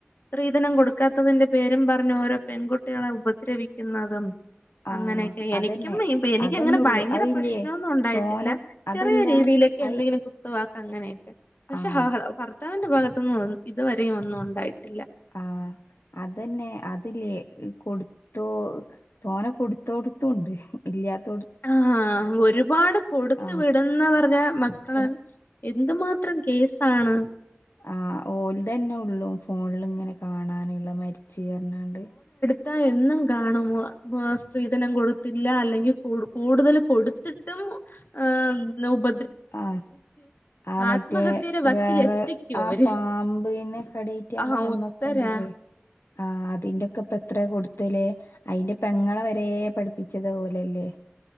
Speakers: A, on the left; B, on the left.
A: സ്ത്രീധനം കൊടുക്കാത്തതിന്റെ പേരും പറഞ്ഞു ഓരോ പെൺകുട്ടികളെ ഉപദ്രവിക്കുന്നതും
B: ആഹ്
A: അങ്ങനെയൊക്കെ എനിക്കും
B: അതന്നെ
A: എനിക്കങ്ങനെ
B: അതന്നെ ഉള്ളു
A: ഭയങ്കര
B: അതില്ലേ
A: പ്രശ്നൊന്നും ഉണ്ടായിട്ടില്ല
B: തോനെ അതല്ല
A: ചെറിയ രീതിയില്
B: അയി
A: എന്തെങ്കിലും കുത്ത് വാക്കു അങ്ങനെയൊക്കെ പക്ഷെ
B: ആഹ്
A: ഭർത്താവിന്റെ ഭാഗത്തൊന്നും ഇതുവരെയും ഒന്നും ഉണ്ടായിട്ടില്ല
B: ആ അതന്നെ അതില്ലേ കൊടുത്തോ തോനേ കൊടുത്തോടുത്തുണ്ട് ഇല്ലത്ത
A: ആ ഒരുപാട് കൊടുത്ത
B: ആഹ്
A: വിടുന്നപറഞ്ഞ മക്കള
B: ക
A: എന്തുമാത്രം കേസാണ്
B: ആ ഓല തന്നെ ഉള്ളൂ ഫോണിൽ ഇങ്ങനെ കാണാനുള്ള മരിച്ച് പറഞ്ഞാണ്ട്
A: അതാ എന്നും കാണും സ്ത്രീധനം കൊടുത്തില്ല അല്ലെങ്കിൽ കൂടു കൂടുതൽ കൊടുത്തിട്ടും ആ ഉപ
B: ആ ആ മറ്റേ
A: ആത്മഹത്യയുടെ വക്കിൽ
B: വേറെ
A: എത്തിക്കും
B: ആ
A: അവര്
B: പാമ്പിനെ കടി <unintelligible>
A: ആ
B: വന്നൊക്കണ്ടില്ലേ
A: ഉത്തരാ
B: ആ അതിന്റെക്കെ ഇപ്പ എത്ര കൊടുത്തല് അയിന്റെ പെങ്ങളെ വരെ പഠിപ്പിച്ചത് ഓലല്ലേ